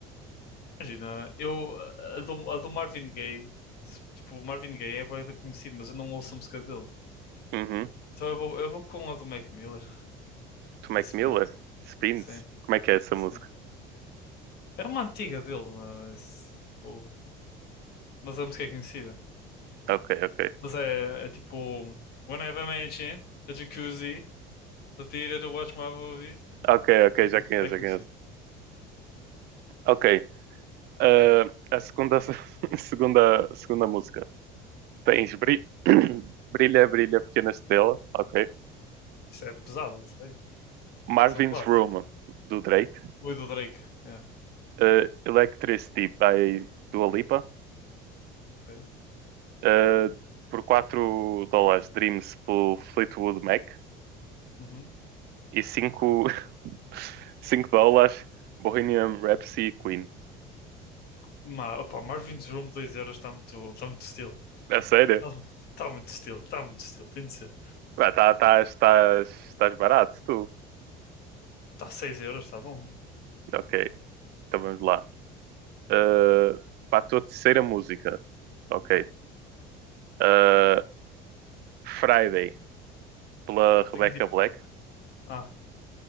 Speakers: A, on the left; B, on the right.
A: Imagina, eu, a do, a do Marvin Gaye, se- tipo, o Marvin Gaye é bué da conhecido, mas eu não ouço a música dele.
B: Uhum.
A: Então eu vou, eu vou com a do Mac Miller,
B: Mac
A: da Spin,
B: Miller? Spins?
A: sim,
B: Como é que é essa
A: sim.
B: música?
A: É uma antiga dele, mas, tipo, mas a música é conhecida.
B: Ok, ok.
A: Mas é, é tipo, One Have a Mansion, a jacuzzi, a theater to watch my movies.
B: Ok, ok,
A: É conhecido,
B: já conheço,
A: é conhecido.
B: já conheço. Ok. ah, a segunda, <laughs> segunda, segunda música. Tens Bri- <coughs> <clears throat> Brilha, Brilha, Pequena Estrela. Ok.
A: Isso é pesado, não sei.
B: Marvin's
A: Isso é um clássico.
B: Room, do Drake.
A: O do Drake. É,
B: Ah, Electricity, by Dua Lipa.
A: ok.
B: Ah, por 4 dólares, Dreams, por Fleetwood Mac.
A: Uhum.
B: E cinco, <laughs> cinco dólares, Bohemian Rhapsody, Queen.
A: Ma, opa, Marvin's Room 2 euros está muito, está muito estilo.
B: É sério?
A: Está tá muito estilo, está muito estilo. Tem de ser.
B: Pá, tá, estás, estás, estás barato, tu.
A: Está 6 euros, está bom.
B: Ok, então vamos lá. Uh, para a tua terceira música. Ok. Uh, Friday, pela Rebecca
A: Daqui tipo.
B: Black.
A: Ah,